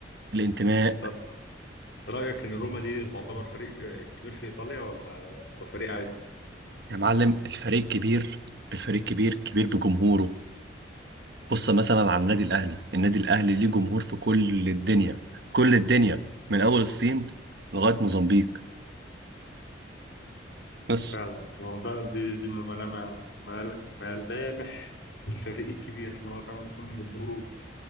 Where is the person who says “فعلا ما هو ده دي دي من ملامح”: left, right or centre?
Left